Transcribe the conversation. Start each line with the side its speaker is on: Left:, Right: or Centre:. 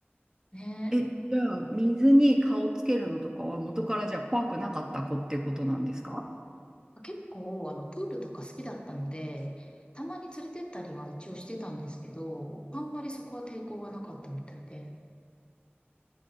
Left: ね。
Right: え、じゃあ、水に顔つけるのとかは元からじゃあ怖くなかった子ってことなんですか
Left: 結構、あの、プールとか好きだったので、たまに連れてったりは一応してたんですけど、あんまりそこは抵抗がなかったみたいで。